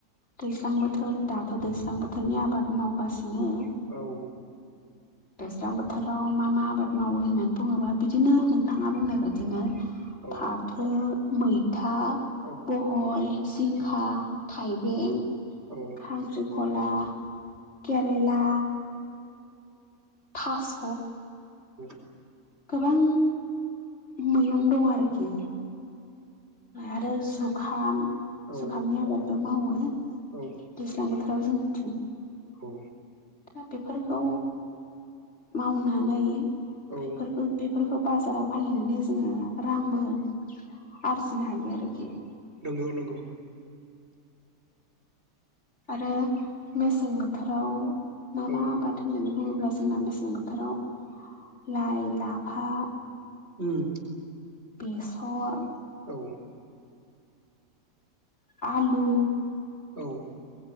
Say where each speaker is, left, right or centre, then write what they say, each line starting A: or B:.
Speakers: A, on the left; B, on the right.
A: दैज्लां बोथोर दाथ' दैज्लां बोथोरनि आबाद मावगासिनो
B: औ
A: दैज्लां बोथोराव मा मा आबाद मावो होननानै बुङोबा बिदिनो नोंथाङा बुंनाय बाय दिनो
B: औ
A: फाथो, मैथा
B: औ
A: बहल, जिंखा,
B: औ
A: थाइबें
B: औ
A: खांख्रिख'ला, केरेला थास'
B: ब <inaudible>
A: गोबां मैगं दं आरोखि आरो जुखाम
B: औ
A: जुखामनि आबादबो मावो
B: औ
A: दैज्लां बोथोराव जोंनिथिं
B: औ
A: दा बेफोरखौ मावनानै
B: औ
A: बेफोरखौ बेफोरखौ बाजाराव फानहैनानै जोङो रांबो आरजिनो हायो आरोखि
B: नंगौ नंगौ
A: आरो मेसें बोथोराव मा
B: औ
A: मा आबाद होननानै बुङोब्ला जोंना मेसें बोथोराव लाइ, लाफा
B: उम
A: बेसर
B: औ
A: आलु
B: औ